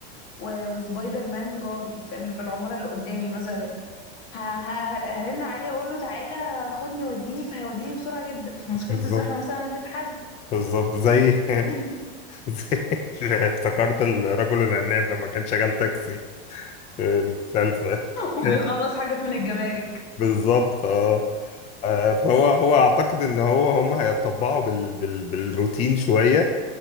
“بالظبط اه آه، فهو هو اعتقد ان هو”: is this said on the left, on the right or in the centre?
Left